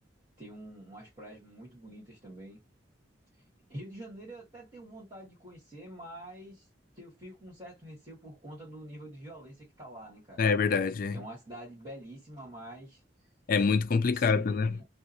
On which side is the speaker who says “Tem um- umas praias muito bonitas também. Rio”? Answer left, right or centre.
Right